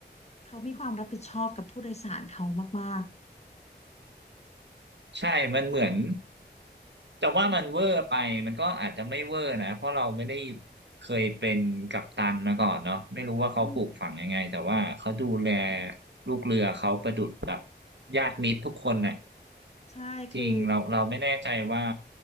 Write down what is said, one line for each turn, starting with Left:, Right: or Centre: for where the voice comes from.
Left: เขามีความรับผิดชอบกับผู้โดยสารเขามาก
Right: ใช่มันเหมือนแต่ว่ามันเวอร์ไปมันก็อาจจะไม่เวอร์นะเพราะเราไม่ได้เคยเป็นกัปตันมาก่อนเนาะไม่รู้ว่าเขาปลูกฝังยังไงแต่ว่าเขาดูแล
Left: ๆอืม
Right: ลูกเรือเขาประดุจแบบญาติมิตรทุกคนน่ะ
Left: ใช่คือ
Right: จริงเราเราไม่แน่ใจว่า